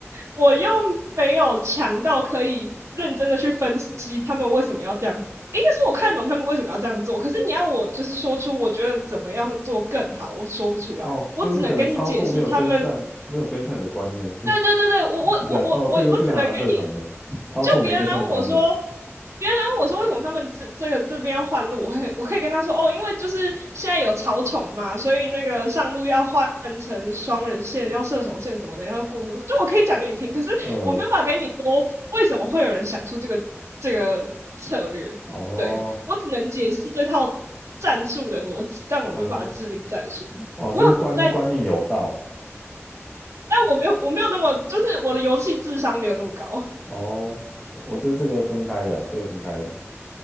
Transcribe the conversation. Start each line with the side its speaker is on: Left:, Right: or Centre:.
Right: 我又没有强到可以认真的去分析他们为什么要这样应该是我看懂他们为什么要这样做，可是你要我就是说出我觉得怎么样做更好，我说不出来，
Centre: 哦，
Right: 我只能跟你解释他们。
Centre: 就是你可能操作没有跟上，没有跟上你的观念是
Right: 对对对对，
Centre: <laughs> 是
Right: 我我我我我我只能跟你
Centre: 这样，哦，这个这个还蛮正常的，操作没跟上观念，
Right: 就别人来问我说，别人来问我说为什么他们这这个这边要换路，我会我可以跟他说哦，因为就是现在有草丛嘛，所以那个上路要换成双人线，要射手线什么的，要过路。就我可以讲给你听，可是我没有办法跟你说为什么会有人想出这个这个策略。
Centre: 呃，哦
Right: 对，我只能解释这套战术的逻辑，但我没有办法制定战术。
Centre: 哦哦，
Right: 我有在，
Centre: 就是观观念有道，
Right: 但我没有我没有那么，就是我的游戏智商没有那么高。可
Centre: 哦，我觉得这个分开的啊，这个分开的，